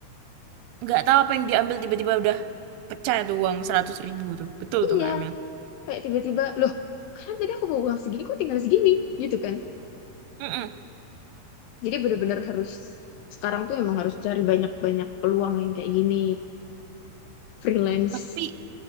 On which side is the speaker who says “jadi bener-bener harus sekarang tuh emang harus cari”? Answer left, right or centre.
Left